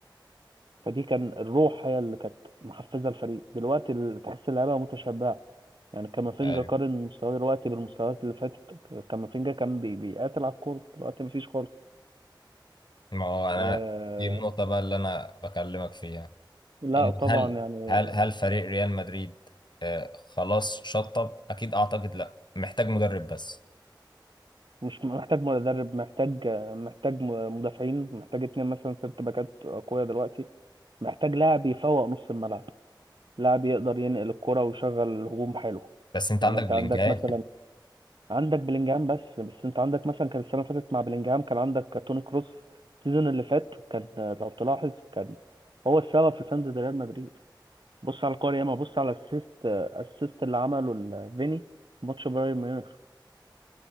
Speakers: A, on the right; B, on the left.
A: فدي كان الروح هي اللي كانت محفزه الفريق دلوقتي ال- تحس اللعيبه متشبعه يعني كامافينجا
B: ايوه
A: قارن مستواه دلوقتي بالمستويات اللي فاتت كامافينجا كان بي بيقاتل على الكوره دلوقتي مفيش خالص
B: ما هو انا
A: آه
B: دي النقطة بقى اللي انا بكلمك فيها
A: لا
B: ان
A: طبعا
B: هل
A: يعني
B: هل هل فريق ريال مدريد آه، خلاص شطب اكيد اعتقد لا محتاج مدرب بس
A: مش محتاج مدرب محتاج محتاج مدافعين محتاج اتنين مثلا ست باكات قوية دلوقتي محتاج لاعب يفوق نص الملعب لاعب يقدر ينقل الكرة ويشغل الهجوم حلو
B: بس انت
A: يعني
B: عندك
A: انت
B: بلينجهام
A: عندك مثلا عندك بلينجهام بس بس انت عندك مثلا كان السنة اللي فاتت مع بلينجهام كان عندك توني كروس السيزون اللي فات كان لو تلاحظ كان هو السبب في سند ريال مدريد بص على الكورة ياما بص على الاسيست الاسيست اللي عمله ال- فيني في ماتش بايرن ميونخ